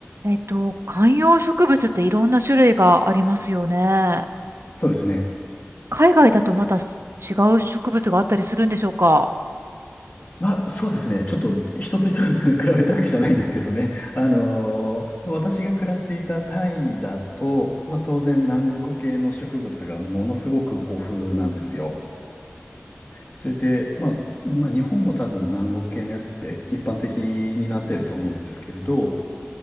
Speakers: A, on the right (about 65°); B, on the left (about 45°).
A: えっと、観葉植物っていろんな種類がありますよね。
B: そうですね。
A: 海外だとまたす違う植物があったりするんでしょうか
B: まあ、そうですね。ちょっと一つ一つ <laughs> 比べたわけじゃないんですけどね。あのー私が暮らしていたタイだと、まあ当然南国系の植物がものすごく豊富なんですよ。それで、まあ、まあ日本も多分南国系のやつって一般的になっていると思うんですけれど、